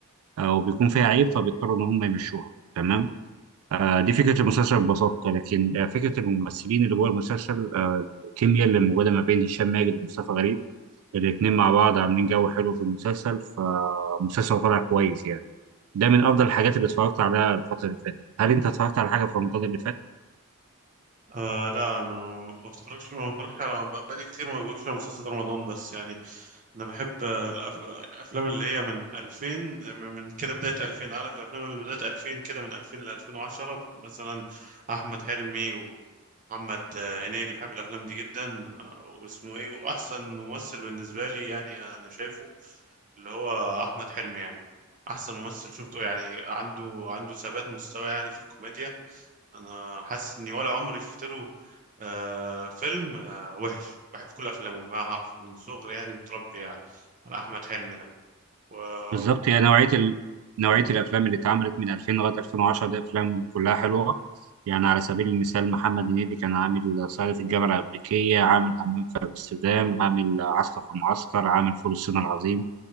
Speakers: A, on the right (about 70°); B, on the right (about 35°).
A: آه، وبيكون فيها عيب فبيضطروا إن هم يمشوها تمام آه، دي فكرة المسلسل ببساطة لكن آه، فكرة الممثلين اللي جوه المسلسل آه، الكيمياء اللي موجودة ما بين هشام ماجد ومصطفى غريب الاتنين مع بعض عاملين جو حلو في المسلسل فمسلسل طلع كويس يعني ده من أفضل الحاجات اللي اتفرجت عليها الفترة اللي فاتت هل أنت اتفرجت على حاجة في رمضان اللي فات؟
B: آه لا انا ما بتفرجش ما بتفرجش على بق- بقالي كتير ما بتفرجش على مسلسلات رمضان بس يعني انا بحب آه، الأف- الافلام اللي هي من 2000 من من كده بداية 2000 عارف الافلام اللي بداية 2000 كده من 2000 ل 2010 مثلا احمد حلمي ومحمد آه، هنيدي بحب الافلام دي جدا آه، واسمه ايه واحسن ممثل بالنسبة لي يعني انا شايفه اللي هو احمد حلمي يعني احسن ممثل شفته يعني عنده عنده ثبات مستوى يعني في الكوميديا انا حاسس اني ولا عمري شفت له آه فيلم آه وحش بحب كل افلامه ما حرف من صغري يعني متربي على احمد حلمي ده و...
A: بالظبط
B: وم...
A: يعني نوعية ال... نوعية
B: آه
A: الأفلام اللي اتعملت من 2000 لغاية 2010 دي أفلام كلها حلوة يعني على سبيل المثال محمد هنيدي كان عامل صعيدي في الجامعة الأمريكية عامل همام في أمستردام عامل عسكر في المعسكر عامل فول الصين العظيم